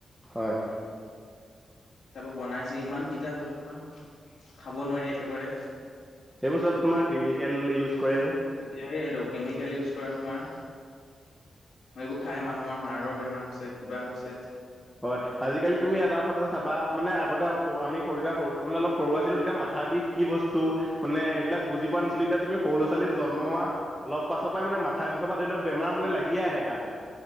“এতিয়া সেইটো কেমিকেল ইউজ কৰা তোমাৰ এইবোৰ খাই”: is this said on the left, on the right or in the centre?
Left